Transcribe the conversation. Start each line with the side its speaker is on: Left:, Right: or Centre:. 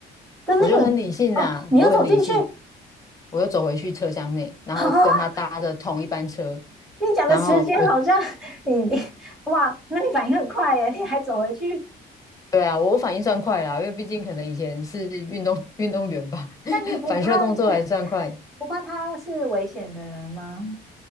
Centre: 跟那个人哦，
Left: 我就很理性啊，
Centre: 你又走进去
Left: 我很理性，我又走回去车厢内，然后跟他搭的同一班车，
Centre: 啊？你讲的时间好像你你
Left: 然后我
Centre: 哇，那你反应很快耶，你还走回去，
Left: 对啊，我反应算快啦，因为毕竟可能以前是运动 <laughs> 运动员吧，
Centre: 但你不怕
Left: <laughs> 反射动作还算快。
Centre: 不怕他是危险的人吗？